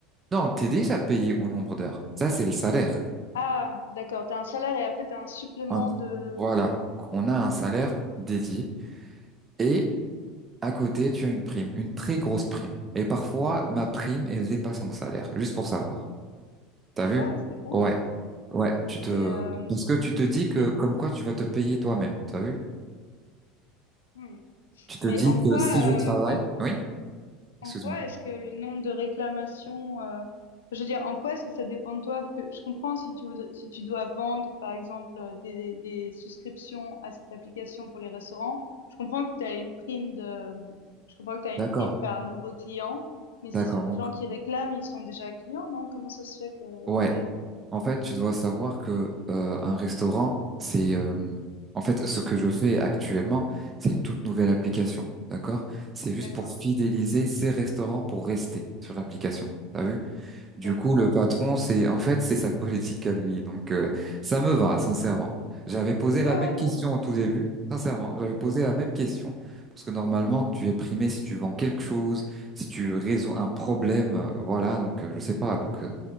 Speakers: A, on the right (about 30°); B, on the left (about 85°).
A: Non, t'es déjà payé au nombre d'heures. Ça, c'est le salaire.
B: Ah, d'accord. T'as un salaire et après t'as un supplément
A: un-
B: de.
A: voilà, on a un salaire dédié et à côté, tu as une prime, une très grosse prime. Et parfois, ma prime, elle dépasse mon salaire, juste pour savoir. T'as
B: Ah
A: vu?
B: ouais, c'est ouf.
A: Ouais, ouais, tu te...
B: Et euh,
A: Parce que tu te dis que
B: mais
A: comme quoi tu vas te payer toi-même, t'as vu?
B: hmm.
A: Tu te
B: mais
A: dis
B: en quoi,
A: que si
B: euh,
A: je travaille...
B: en,
A: Oui?
B: En
A: Excuse-moi.
B: quoi est-ce que le nombre de réclamations, euh, enfin, je veux dire, en quoi est-ce que ça dépend de toi? Parce que je comprends si tu, voudrais- si tu dois vendre, par exemple, euh, des, des souscriptions à cette application pour les restaurants, je comprends que tu as une prime de, je comprends que tu as une
A: D'accord,
B: prime par nouveau client, mais si
A: d'accord.
B: c'est des
A: Donc,
B: gens qui réclament, ils sont déjà clients, non? Comment ça se fait que
A: ouais.
B: tu as une prime?
A: En fait, tu dois savoir que euh, un restaurant, c'est euh, en fait ce que je fais actuellement, c'est une toute nouvelle application, d'accord? C'est juste
B: D'accord,
A: pour fidéliser ces restaurants pour rester sur l'application. T'as vu? Du
B: d'accord.
A: coup, le patron, c'est en fait c'est sa politique à lui. Donc euh, ça me va, sincèrement. J'avais posé
B: Ouais,
A: la même
B: ouais, non.
A: question au tout début. Sincèrement, j'avais posé la même question parce que normalement, tu es primé si tu vends quelque chose, si tu résous un problème, euh, voilà. Donc, euh, je sais pas. Donc, euh,